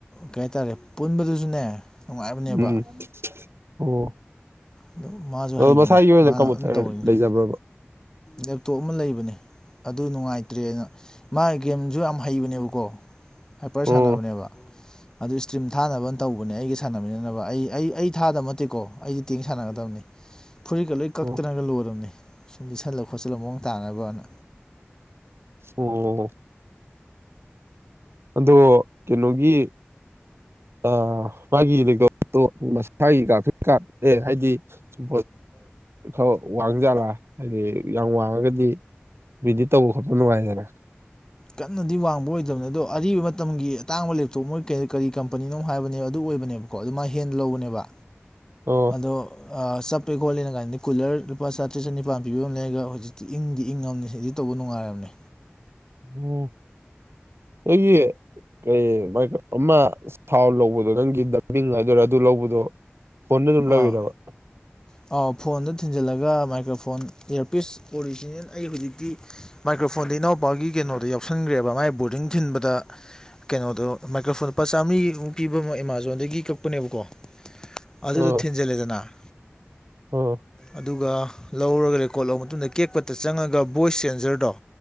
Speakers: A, on the left; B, on the right.
A: ꯀꯩ ꯍꯥꯏ ꯇꯥꯔꯦ ꯄꯨꯟꯕꯗꯨꯁꯨꯅꯦ ꯅꯨꯡꯉꯥꯏꯕꯅꯦꯕ
B: ꯎꯝ ꯑꯣ
A: ꯑꯗꯨ ꯃꯥꯁꯨ
B: ꯑꯗꯣ
A: ꯍꯩꯕꯅꯦ
B: ꯃꯁꯥꯒꯤ ꯑꯣꯏꯅ
A: ꯃꯥꯅ
B: ꯀꯝꯄꯨꯇꯔ
A: ꯑꯗꯨꯝ ꯇꯧꯔꯤꯅꯤ
B: ꯂꯩꯖꯕ꯭ꯔꯕ
A: ꯂꯦꯞꯇꯣꯞ ꯑꯃ ꯂꯩꯕꯅꯦ ꯑꯗꯨ ꯅꯨꯡꯉꯥꯏꯇ꯭ꯔꯦꯅ ꯃꯥ ꯒꯦꯝꯁꯨ ꯌꯥꯝ ꯍꯩꯕꯅꯦꯕꯀꯣ ꯍꯥꯏꯄꯔ
B: ꯑꯣ
A: ꯁꯥꯟꯅꯕꯅꯦꯕ ꯑꯗꯨ ꯏꯁꯇ꯭ꯔꯤꯝ ꯊꯥꯅꯕꯅ ꯇꯧꯕꯅꯦ ꯑꯩꯒ ꯁꯥꯟꯅꯃꯤꯅꯅꯕ ꯑꯩ ꯑꯩ ꯑꯩ ꯊꯥꯗꯕ ꯅꯠꯇꯦꯀꯣ ꯑꯩꯗꯁꯨ ꯇꯤꯡ ꯁꯥꯟꯅꯒꯗꯕꯅꯤ ꯐꯨꯔꯤꯠꯀ ꯂꯣꯏ ꯀꯛꯇꯅꯒ
B: ꯑꯣ
A: ꯂꯣꯏꯔꯕꯅꯤ ꯁꯨꯝ ꯂꯤꯁꯜꯂ ꯈꯣꯠꯆꯤꯜꯂꯒ ꯃꯑꯣꯡ ꯇꯥꯅꯕꯅ
B: ꯑꯣ ꯑꯗꯣ ꯀꯩꯅꯣꯒꯤ ꯑ ꯃꯥꯒꯤ ꯥ <unintelligible> ꯐꯤꯛ ꯀꯥꯔ ꯑꯦ ꯍꯥꯏꯗꯤ ꯁꯨꯝ ꯈꯥ ꯋꯥꯡꯖꯥꯂꯥ ꯍꯥꯏꯗꯤ ꯌꯥꯝ ꯋꯥꯡꯉꯒꯗꯤ ꯕꯤꯗꯤꯠ ꯇꯧꯕ ꯈꯣꯠꯄ ꯅꯨꯡꯉꯥꯏꯗꯅ
A: ꯀꯟꯅꯗꯤ ꯋꯥꯡꯕ ꯑꯣꯏꯗꯕꯅꯦ ꯑꯗꯣ ꯑꯔꯤꯕ ꯃꯇꯝꯒꯤ ꯑꯇꯥꯡꯕ ꯂꯦꯞꯇꯣꯞ ꯃꯣꯏ ꯀꯔꯤ ꯀꯔꯤ ꯀꯝꯄꯅꯤꯅꯣ ꯍꯥꯏꯕꯅꯦ ꯑꯗꯨ ꯑꯣꯏꯕꯅꯦꯕꯀꯣ ꯑꯗꯨ ꯃꯥ ꯍꯦꯟꯗ ꯂꯧꯕꯅꯦꯕ
B: ꯑꯣ
A: ꯑꯗꯣ ꯑꯥ ꯆꯞꯄꯦ ꯈꯣꯠꯂꯦꯅ ꯀꯥꯏꯅꯗꯤ ꯀꯨꯂꯔ ꯂꯨꯄꯥ ꯆꯥꯇ꯭ꯔꯦ ꯆꯅꯤꯄꯥꯟ ꯄꯤꯕ ꯑꯃ ꯂꯩꯔꯒ ꯍꯧꯖꯤꯛꯇꯤ ꯏꯪꯗꯤ ꯏꯪꯉꯕꯅꯦ ꯁꯤꯗꯗꯤ ꯇꯧ ꯕꯨ ꯅꯨꯡꯉꯥꯏꯔꯕꯅꯦ
B: ꯎꯝ ꯑꯩꯒꯤ ꯀꯩ ꯃꯥꯏ ꯑꯃ ꯊꯥꯎ ꯂꯧꯕꯗꯣ ꯅꯪꯒꯤ ꯗꯝꯕꯤꯡ ꯍꯥꯏꯗꯣꯏꯔꯥ ꯑꯗꯨ ꯂꯧꯕꯗꯣ ꯐꯣꯟꯗ ꯑꯗꯨꯝ ꯂꯧꯔꯤꯔꯕ
A: ꯑꯥ ꯑꯥꯎ ꯐꯣꯟꯗ ꯊꯤꯟꯖꯤꯜꯂꯒ ꯃꯥꯏꯀ꯭ꯔꯣꯐꯣꯟ ꯏꯌꯥꯔꯄꯤꯁ ꯑꯣꯔꯤꯖꯤꯅꯦꯜ ꯑꯩ ꯍꯧꯖꯤꯛꯇꯤ ꯃꯥꯏꯀ꯭ꯔꯣꯐꯣꯟ ꯏꯅꯥꯎꯄꯥꯒꯤ ꯀꯩꯅꯣꯗꯣ ꯌꯥꯎꯁꯟꯈ꯭ꯔꯦꯕ ꯃꯥꯏ ꯕꯣꯔꯗꯤꯡ ꯊꯤꯟꯕꯗ ꯀꯩꯅꯣꯗꯣ ꯃꯥꯏꯀ꯭ꯔꯣꯐꯣꯟ ꯂꯨꯄꯥ ꯆꯥꯝꯃꯔꯤꯃꯨꯛ ꯄꯤꯕ ꯑꯃꯨ ꯑꯦꯃꯥꯖꯣꯟꯗꯒꯤ ꯀꯛꯄꯅꯦꯕꯀꯣ ꯑꯗꯨꯗꯣ
B: ꯑꯥ
A: ꯊꯤꯟꯖꯜꯂꯦꯗꯅ
B: ꯑꯥ
A: ꯑꯗꯨꯒ ꯂꯧꯔꯒ ꯔꯦꯀꯣꯔꯠ ꯂꯧꯕ ꯃꯇꯨꯡꯗ ꯀꯦꯛꯄꯠꯇ ꯆꯪꯉꯒ ꯚꯣꯏꯁ ꯁꯦꯟꯖꯔꯗꯣ